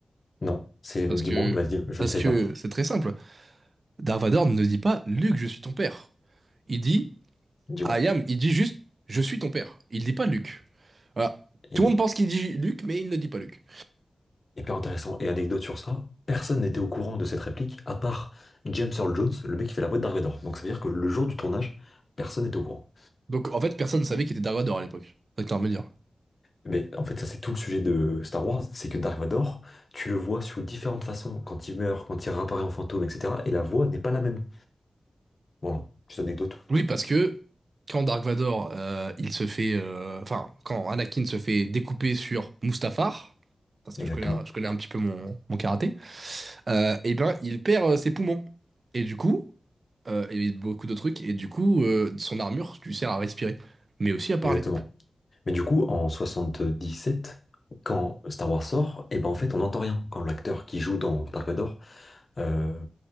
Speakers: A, on the left (about 45°); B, on the right (about 50°).
A: Non, c'est
B: Parce
A: dis-moi,
B: que
A: vas-y, je
B: parce
A: ne sais
B: que
A: pas.
B: c'est très simple. Dark Vador ne dit pas Luke, je suis ton père. Il dit
A: Dis-moi.
B: Ayam, il dit juste, je suis ton père. Il dit pas Luc. Voilà.
A: Il
B: Tout le
A: est
B: monde pense qu'il dit Luc, mais il ne dit pas Luc.
A: hyper intéressant. Et anecdote sur ça, personne n'était au courant de cette réplique à part James Earl Jones, le mec qui fait la voix de Dark Vador. Donc ça veut dire que le jour du tournage, personne n'était au courant.
B: Donc en fait, personne ne savait qu'il était Dark Vador à l'époque. Ça que t'as à me dire.
A: Mais en fait, ça, c'est tout le sujet de Star Wars, c'est que Dark Vador, tu le vois sous différentes façons, quand il meurt, quand il réapparaît en fantôme, etc. Et la voix n'est pas la même. Voilà, petite anecdote.
B: Oui, parce que quand Dark Vador, euh, il se fait, euh, enfin, quand Anakin se fait découper sur Mustafar, parce
A: Exactement.
B: que je connais, un- je connais un petit peu mon, mon karaté, euh, eh ben, il perd euh, ses poumons. Et du coup, euh, et beaucoup de trucs. Et du coup, euh, son armure, tu sert à respirer, mais aussi à parler.
A: Exactement. Mais du coup, en 77 quand Star Wars sort, et ben en fait, on n'entend rien. Quand l'acteur qui joue dans Dark Vador euh,